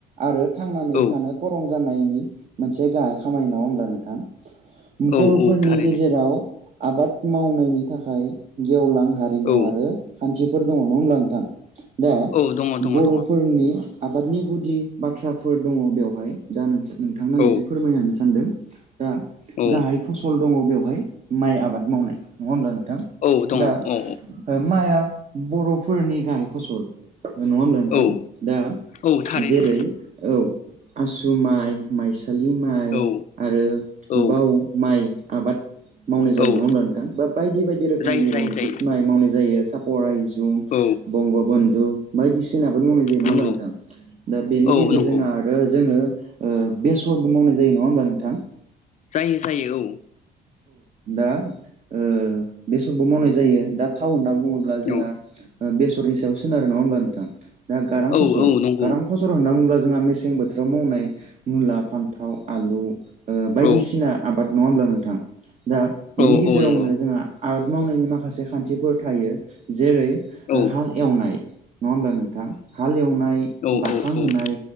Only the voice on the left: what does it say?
औ
औ
औ थारैनो
औ
औ दङ दङ
दङ
औ
औ
औ दङ
औ
औ
औ थारैनो
औ
औ
औ
जायो जायो
जायो
औ
नंगौ
औ
नंगौ
जायो जायो
औ
औ
औ नंगौ
औ
औ
औ नंगौ
औ
औ
औ